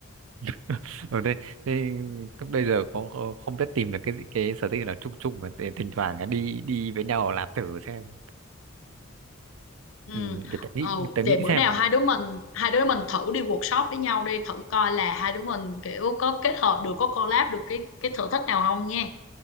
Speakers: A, on the right (about 85°); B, on the left (about 75°).
A: <laughs> ừ, thế, thế cứ bây giờ có có- không biết tìm được cái cái sở thích nào chung chung mà để thỉnh thoảng đi đi với nhau làm thử xem
B: Ừ.
A: ừ, để tớ
B: Ờ,
A: nghĩ tớ nghĩ
B: vậy bữa
A: xem
B: nào hai đứa mình hai đứa mình thử đi workshop với nhau đi thử coi là hai đứa mình kiểu có kết hợp được có collab được cái cái sở thích nào không nha.